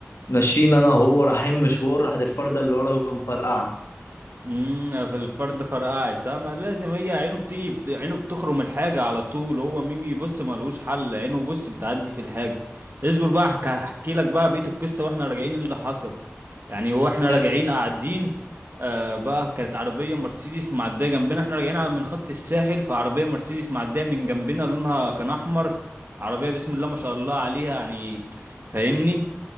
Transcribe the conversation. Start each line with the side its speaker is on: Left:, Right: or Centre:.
Left: ماشيين انا وهو رايحين مشوار راحت الفردة اللي ورا مفرقعة
Right: امم في الفرد فرقعت آه، ما لازم هي عينه بتيجي بت- عينه بتخرم الحاجة على طول هو ميمي بص ملوش حل عينه بص بتعدي في الحاجة اصبر بقى هحكي هحكي لك بقى بقية القصة واحنا راجعين اللي حصل يعني هو احنا راجعين
Left: ايه
Right: قاعدين آه بقى كانت عربية مرسيدس معدية جنبنا احنا راجعين على من خط الساحل فعربية مرسيدس معدية من جنبنا لونها كان احمر عربية بسم الله ما شاء الله عليها يعني فاهمني